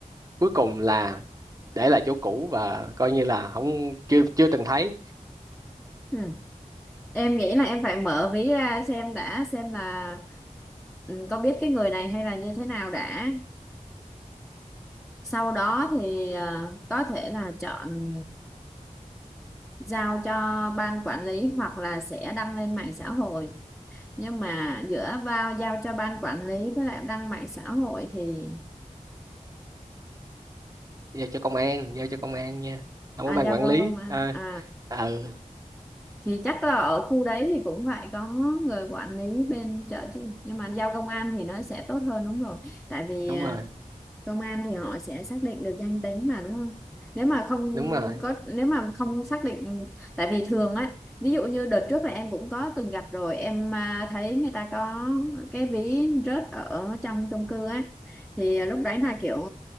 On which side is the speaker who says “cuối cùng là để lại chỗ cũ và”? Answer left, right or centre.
Right